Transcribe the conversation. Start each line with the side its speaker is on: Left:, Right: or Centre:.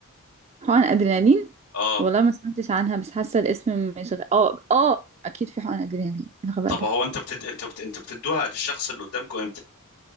Right: حقن ادرينالين
Left: اه
Right: والله ما سمعتش عنها بس حاسه الاسم مش غ... اه اه اكيد في حقن ادرينالين إيه الغباء
Left: طب
Right: ده
Left: هو انت بتد... انت بت... انت بتدوها للشخص اللي قدامكم امتى